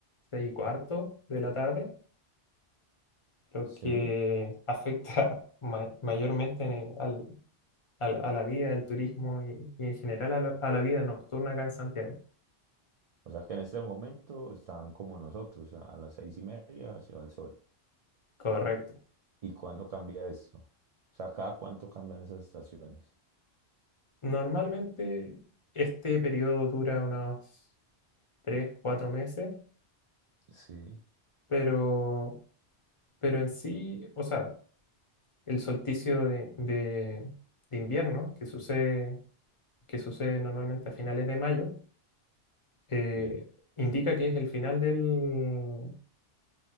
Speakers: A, on the left; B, on the right.
A: 6 y cuarto de la tarde, lo que
B: Sí.
A: afecta <laughs> ma- mayormente en- eh, al- al- a la vida, al turismo y, y en general a la a la vida nocturna acá en Santiago.
B: O sea que en este momento están como nosotros, a a las seis y media se va el sol.
A: Correcto.
B: ¿Y cuándo cambia esto? O sea, ¿cada cuánto cambian esas estaciones?
A: Normalmente este periodo dura unos tres, cuatro meses,
B: Sí.
A: pero, pero en sí, o sea, el solsticio de, de- de invierno que sucede, que sucede normalmente a finales de mayo, eh,
B: Sí.
A: indica que es el final del,